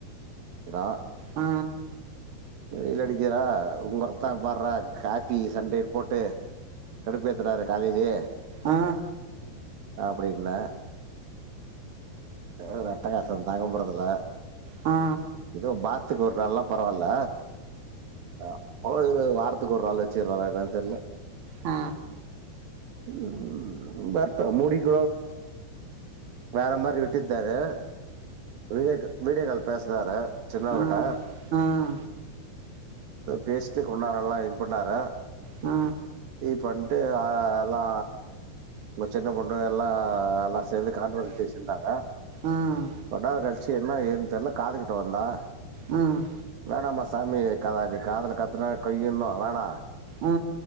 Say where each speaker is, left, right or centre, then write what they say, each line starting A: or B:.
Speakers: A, on the right; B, on the right.
A: <unintelligible>
B: அ
A: வெயில் அடிக்கிர்டா உங் அத்தா பார்றா காப்பி சண்டே போட்டு கடுப்பேத்துராரு காலைலே
B: அ
A: அப்டின்ன ஓர் அட்டகாஸம் தாங்க முறதுல்ல
B: ஆ ஆ
A: இதோ பாஸ் த்துக் ஒர் நாள் நா பரவால்ல அ அவரு வார்த்துக் ஒருநாள் வச்சுற்றாறா என்னன் தெர்ல
B: அ
A: ம் வர்ட்டு முடி <unintelligible> வேறமாரி விட்டித்தாரு வீடியேக்கு வீடியோக்கால் பேசறாரு சின்னவகட்ட
B: ஆ ஆ
A: பேசிட்டு கொண்னேரல்லா இது பண்ணாரா
B: ஆ
A: இ பன் விட்டு எல்லா உங்க சின்ன பொண்ணு எல்லா எல்லா சேர்ந்து கான்பிரன்ஸ் பேசியிருந்தாங்கல
B: ம்
A: கொட கழ்ச்சி என்ன ஏ தெர்ல காதுகுட்ட வந்தா
B: ம்
A: வேணாமா சாமி கதா நீ காதுல காத்துன கய்யுன்னு வேணா
B: ஆ